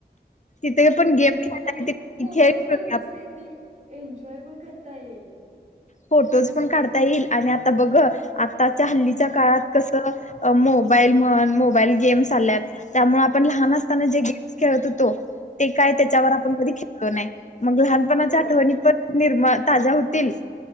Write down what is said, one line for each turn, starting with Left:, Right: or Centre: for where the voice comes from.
Left: तिथे पण
Right: हो
Left: गेम
Right: एकदम
Left: खेळता
Right: आणि
Left: येतील
Right: फोटोज
Left: खेळ खेळूया
Right: पण मस्त
Left: आपण.
Right: येतील एन्जॉय पण करता येईल.
Left: फोटोज पण काढता येईल आणि आता बघ आताच्या हल्लीच्या काळात कस मोबाईल म्हण मोबाईल गेम्स आल्यात त्यामुळे आपण लहान
Right: हा,
Left: असताना ज खेळततो ते काय त्याच्यावर
Right: हम्म.
Left: आपण कधी खेळलो नाय मग लहानपणाच्या
Right: हो
Left: आठवणी पण निर्म ताज्या होतील